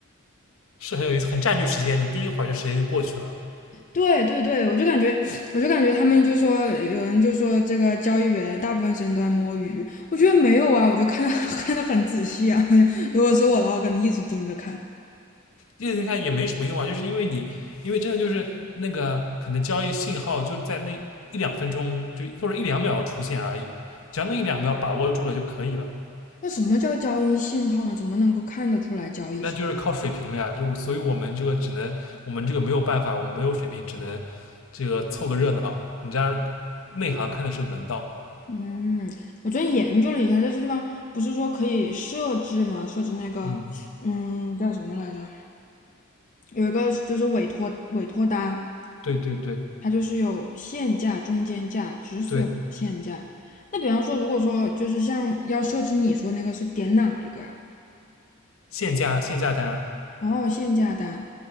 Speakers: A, on the left; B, on the left.
A: 是很有意思，很占据时间，你盯一会儿就时间就过去了，
B: 对对对，我就感觉，我就感觉他们就说，有人就说这个交易员大部分时间都在摸鱼，我觉得没有啊，我就看的 <laughs> 看的很仔细啊，<laughs> 如果是我的话，我可能一直盯着看。
A: 思你看也没什么用啊，就是因为你因为真的就是那个可能交易信号就在那一两分钟就或者一两秒出现而已，只要那一两秒把握住了就可以了，
B: 那什么叫交易信号呢？怎么能够看得出来交易信号
A: 那就是靠水平了呀。就所以我们这个只能，我们这个没有办法，我们没有水平，只能这个凑个热闹。人家内行看的是门道，
B: 嗯，我昨天研究了一下，在这地方不是说可以设置吗？设置那个，
A: 嗯，
B: 嗯，叫什么来着？有一个就是委托委托单，
A: 对对对
B: 它就是有限价、中间价、止损限价。
A: 对，
B: 那比方说，如果说就是像要设置你说那个是点哪一个呀？
A: 限价限价单啊，
B: 哦，限价单，